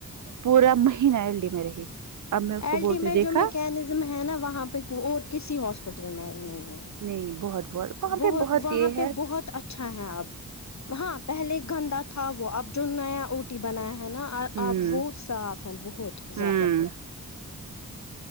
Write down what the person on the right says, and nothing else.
پورا مہینہ الٹیمیٹ میں رہی اب میں اس کو
بولتی ہوں دیکھا
نہیں بہت وہاں
پہ
یہ
ہے
ہوں
ہوں